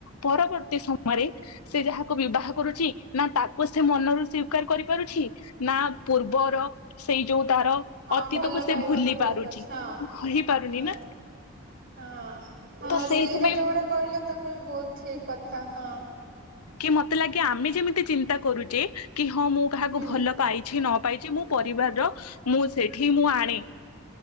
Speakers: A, on the left; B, on the right.
A: ପରବର୍ତ୍ତୀ ସମୟରେ
B: ହୁଁ
A: ସେ ଯାହାକୁ ବିବାହ କରୁଛି ନା ତାକୁ ସେ ମନରୁ ସ୍ଵିକାର କରିପାରୁଛି ନା ପୂର୍ବର ସେଇ ଯୋଉ ତାର
B: ହଁ
A: ଅତୀତକୁ
B: ଭଲ
A: ସେ
B: ପାଇବାକୁ
A: ଭୁଲି
B: ଭୁଲ
A: ପାରୁଛି।
B: କରିଛି ହଁ
A: କହି ପାରୁନି
B: ହଁ
A: ନା।
B: ହଁ ହଁ
A: ତ ସେଇଥିପାଇଁ
B: ସେଇଟା ଯୋଉଗୁଡା କହିଲା ତମେ ବି ବହୁତ ଠିକ କଥା ହଁ।
A: କି ମତେ ଲାଗେ ଆମେ ଯେମିତି ଚିନ୍ତା କରୁଛେ କି ହଁ ମୁଁ କାହାକୁ
B: ହୁଁ
A: ଭଲ ପାଇଛି ନ ପାଇଛି ମୁଁ ପରିବାରର ମୁଁ ସେଠି ମୁଁ ଆଣେ।